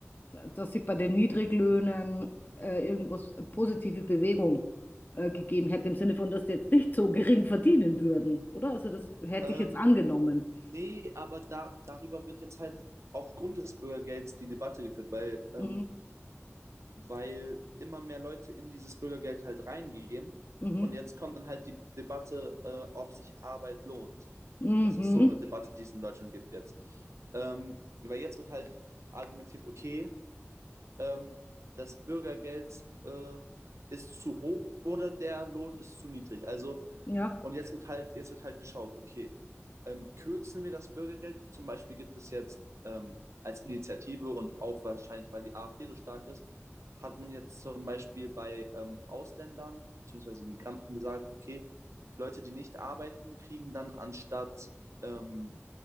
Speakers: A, on the left; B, on the right.
A: dass sich bei den Niedriglöhnen äh, irgendwas äh, positive Bewegung äh, gegeben hätte, im Sinne von, dass die jetzt nicht so gering verdienen würden, oder? Also das hätte
B: Ähm,
A: ich jetzt angenommen.
B: nee, aber da, darüber wird jetzt halt aufgrund des Bürgergelds die Debatte geführt, weil ähm,
A: Mhm.
B: weil immer mehr Leute in dieses Bürgergeld halt reingehen.
A: Mhm.
B: Und jetzt kommt dann halt die Debatte, äh, ob sich Arbeit lohnt.
A: Mhm.
B: Das ist so eine Debatte, die es in Deutschland gibt jetzt. Ähm, weil jetzt wird halt argumentiert, okay, ähm, das Bürgergeld äh, ist zu hoch oder der Lohn ist zu niedrig. Also
A: Ja.
B: und jetzt wird halt, jetzt wird halt geschaut, okay, ähm, kürzen wir das Bürgergeld? Zum Beispiel gibt es jetzt ähm, als Initiative und auch wahrscheinlich, weil die AfD so stark ist, hat man jetzt zum Beispiel bei ähm, Ausländern bzw. Migranten gesagt, okay, Leute, die nicht arbeiten, kriegen dann anstatt ähm,